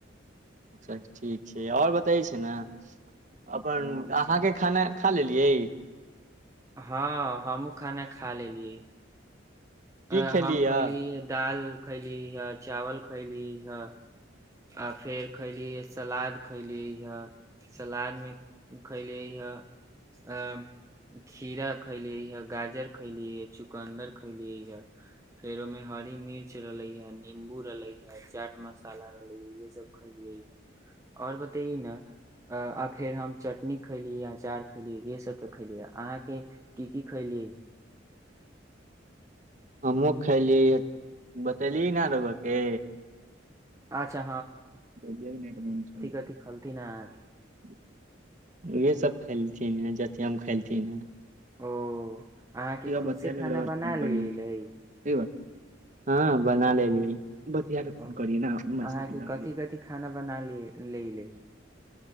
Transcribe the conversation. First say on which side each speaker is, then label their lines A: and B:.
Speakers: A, on the right; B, on the right.
A: अच्छा ठीक छै आओर बताय छै न अपन अहाँके खाना खा लेलियै
B: ह हमहुं खाना खा लेलियै
A: की
B: अ
A: खेलियै
B: हम
A: य
B: खयली ह दाल खयली ह चावल खयली ह आ फेर खैली य सलाद खयली अ सलाद मे खइलिय ह अ खीरा खइली ह गाजर खयलियै चुकंदर खयलियै ह फेर ओमे हरी मिर्च रलय य नींबू रलय य चाट मसाला र ये सब खयलियै ह आओर बतैयौ न आ फेर हम चटनी खैली अचार खैली ये सब त खैली अहाँके की की खैलि
A: हमहुँ खलियै ह बतेली न रउआ के
B: आछा
A: <inaudible> उहे
B: कथि खलथिन अहाँके
A: सब खेलथिन ह जेती हम खेलथिन ह
B: ओ अहाँके
A: पूरा
B: खुद
A: बतिया
B: से
A: ले
B: खाना
A: ओकरा बाद
B: बना
A: फोन
B: लेले
A: करिये ठीक ह हँ बना लेलि <inaudible> बतियाके फोन
B: ओ
A: करिये न मैसज
B: अहाँके
A: न
B: कथि कथि खाना बना ले लेले